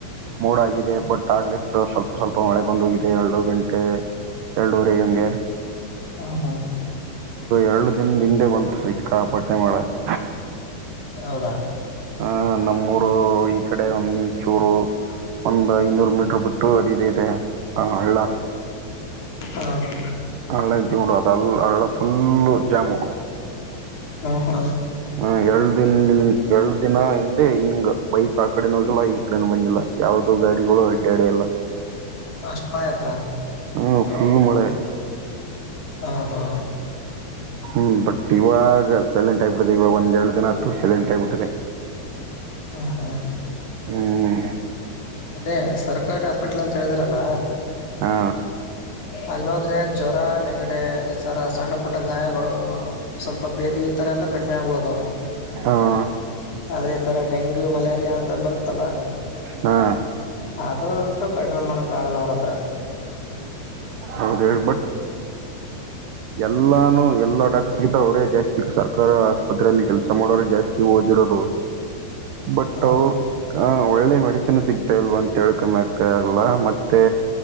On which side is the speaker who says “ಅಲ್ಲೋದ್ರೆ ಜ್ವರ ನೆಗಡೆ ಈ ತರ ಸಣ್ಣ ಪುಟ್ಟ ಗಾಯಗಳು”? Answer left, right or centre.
Left